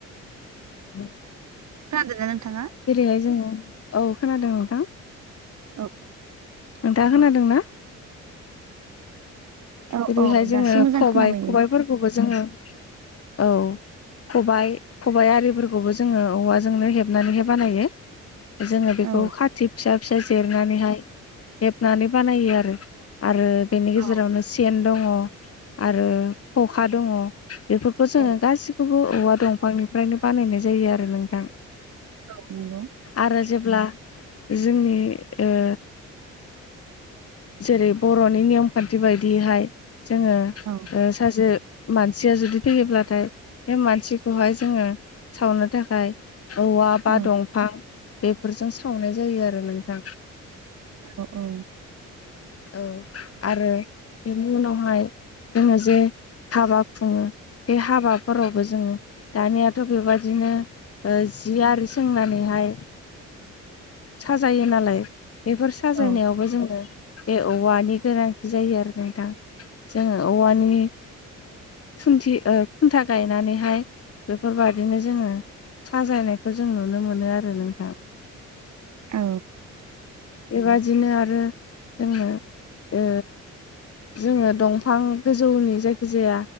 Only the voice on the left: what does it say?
<inaudible>
जेरैहाय जोङो औ खोनादों नोंथां।
नोंथाङा खोनादों ना?
जेरैहाय
जोङो
खबाय
खबायफोरखौबो जोङो औ। खबाइ खबाइ आरिफोरखौबो जोङो औवाजोंनो हेबनानैहाय बानायो। जोङो बेखौ
खाथि फिसा फिसा देरनानैहाय हेबनानै बानायो आरो। आरो बेनि
गेजेरावनो सेन दङ आरो खखा दङ बेफोरखो जोङो
गासि खौबो औवा दंफांनिफ्रायनो बानायनाय जायो आरो नोंथां।
आरो जेब्ला जोंनि ओ जेरै बर'नि नियम खान्थि बायदियैहाय जोङो
ओ सासे मानसिया जुदि थैयोब्लाथाय बे मानसिखौहाय जोङो सावनो थाखाय औवा बा
दंफां बेफोरजों सावनाय जायो आरो नोंथां।
औ आरो बेनि उनावहाय जोङो जे हाबा खुङो बे हाबाफोरावबो जोङो दानियाथ' बेबायदिनो जि आरो सोंनानैहाय साजायो नालाय बेफोर साजायनायावबो
जोङो बे औवानि गोनांथि जायो आरो नोंथां जोङो औवानि खुन्थि खुन्था गायनानैहाय बेफोरबायादिनो जोङो साजायनायखौ जों नुनो मोनो आरो नोंथां
बेबादिनो आरो जोंनो ओ जोङो दंफां गोजौनि जायखिजाया